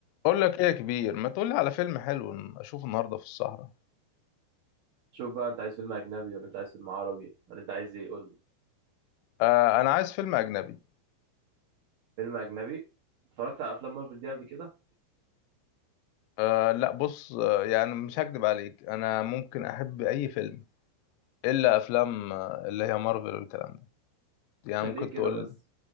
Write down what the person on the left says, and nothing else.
اقول لك ايه يا كبير ما تقول لي على فيلم حلو اشوفه النهارده في السهرة
آه انا عايز فيلم اجنبي
آه لا بص آه يعني مش هكدب عليك انا ممكن احب اي فيلم الا افلام آه، اللي هي مارفل والكلام ده يعني
ممكن
تقول